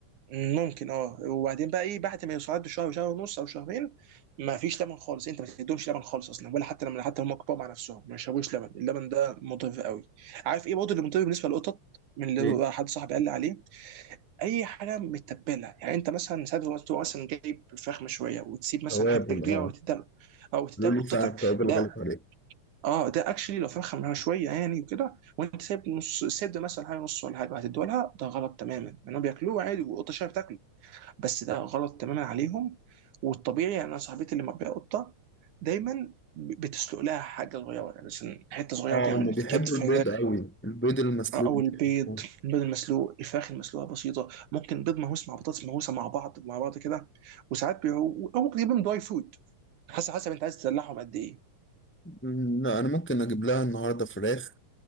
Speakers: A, on the right (about 80°); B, in the centre.
A: ممكن اه وبعدين بقى ايه بعد ما يوصلوا شهر وشهر ونص او شهرين ما فيش لبن خالص انت ما تديهمش لبن خالص اصلا ولا حتى لما حتى هم كبار مع نفسهم ما يشربوش لبن اللبن ده مضر قوي عارف ايه برضه اللي مضر بالنسبه للقطط من اللي
B: ايه
A: هو حد صاحبي قال لي عليه اي حاجه متبله يعني انت مثلا ساعات لما تبقى مثلا جايب فراخ مشويه وتسيب مثلا
B: توابل
A: حته كبيره
B: اه
A: وتديها او تديها
B: قالوا
A: لقطتك
B: لي فعلا التوابل
A: ده
B: غلط عليك
A: اه ده اكشلي لو فرخه مشويه يعني وكده وانت سايب نص سد مثلا حاجه نص ولا حاجه هتديها لها ده غلط تماما لانهم بياكلوه عادي والقطه شايفه بتاكله بس ده غلط تماما عليهم والطبيعي يعني انا صاحبتي اللي مربيه قطه دايما بتسلق لها حاجه صغيره يعني مثلا حته صغيره
B: اه
A: كده من
B: هم
A: الكتف
B: بيحبوا البيض قوي البيض المسلوق
A: او
B: بيحبوه
A: البيض البيض المسلوق الفراخ المسلوقه بسيطه ممكن بيض مهوس مع بطاطس مهوسه مع بعض مع بعض كده وساعات بيعو... او ممكن تجيبهم دراي فود حسب حسب انت عايز تدلعهم قد ايه
B: أمم، لا انا ممكن اجيب لها النهارده فراخ